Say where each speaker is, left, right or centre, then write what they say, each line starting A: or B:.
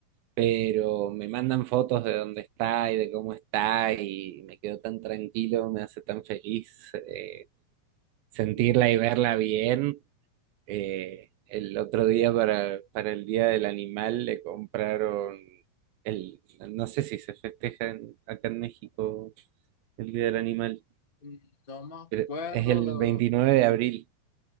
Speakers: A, on the right; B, on the left.
A: pero me mandan fotos de dónde está y de cómo está y me quedo tan tranquilo, me hace tan feliz eh, sentirla
B: Fíjate,
A: y verla bien. Eh, el otro día para, para el Día del Animal le compraron el, no sé si se festeja en- acá en México el Día del Animal,
B: mm, No me acuerdo,
A: pero es el
B: la verdad.
A: 29 de abril.